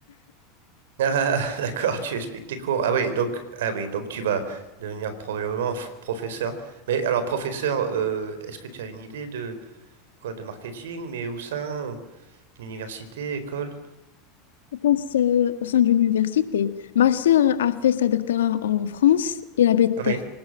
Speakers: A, on the right; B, on the left.
A: Ah, <laughs> d'accord, tu expliques tes cours. Ah oui, donc, ah oui, donc tu vas devenir probablement f- professeur. Mais alors, professeur, euh, est-ce que tu as une idée de quoi, de marketing, mais où ça? ou- Université, école?
B: Je pense euh, au sein d'une université. Ma sœur a fait sa doctorat en France. Elle habite,
A: Ah Oui.